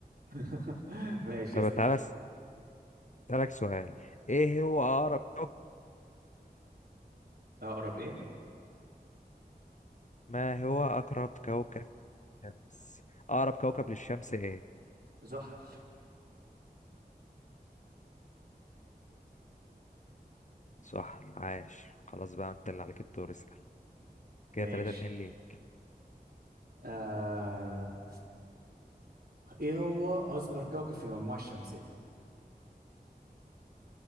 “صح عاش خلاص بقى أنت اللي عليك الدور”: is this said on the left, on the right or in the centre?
Left